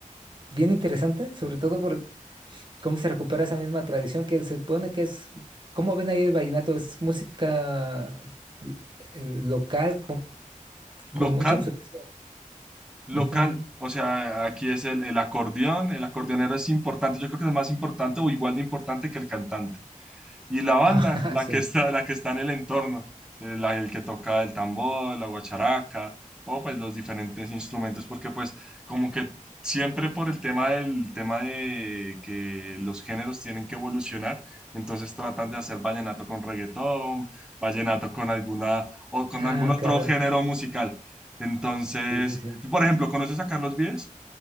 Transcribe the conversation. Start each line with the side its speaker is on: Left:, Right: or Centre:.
Right: bien interesante, sobre todo por cómo se recupera esa misma tradición que se supone que es, ¿cómo ven ahí el vallenato? Es música l- eh, local con, con
Centre: local,
Right: mucha influencia.
Centre: local.
Right: Ujú. <laughs>
Centre: O sea, aquí es el, el acordeón, el acordeonero es importante, yo creo que es más importante o igual de importante que el cantante. Y la banda,
Right: Ajá,
Centre: la
Right: sí.
Centre: que está, la que está en el entorno, eh, la- el que toca el tambor, la guacharaca, o pues los diferentes instrumentos, porque pues como que siempre por el tema del tema de que los géneros tienen que evolucionar, entonces tratan de hacer vallenato con reggaetón, vallenato con alguna o con
Right: Ah,
Centre: algún otro
Right: claro.
Centre: género musical. Entonces,
Right: Sí, sí, sí.
Centre: por ejemplo, ¿conoces a Carlos Vives?